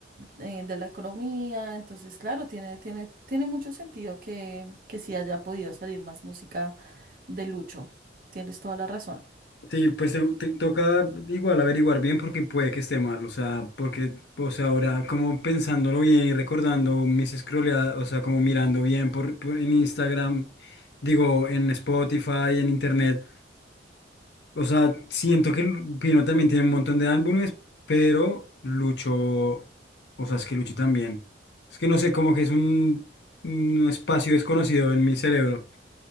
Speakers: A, on the right; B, on the left.
A: eh, de la economía. Entonces, claro, tiene, tiene, tiene mucho sentido que, que sí haya podido salir más música de Lucho. Tienes toda la razón.
B: Sí, pues te, te toca igual averiguar bien porque puede que esté mal, o sea, porque, o sea, ahora como pensándolo bien y recordando mis scrolleadas, o sea, como mirando bien por, por- en Instagram, digo, en Spotify, en Internet, o sea, siento que Pino también tiene un montón de álbumes, pero Lucho, o sea, es que Lucho también. Es que no sé, como que es un, un espacio desconocido en mi cerebro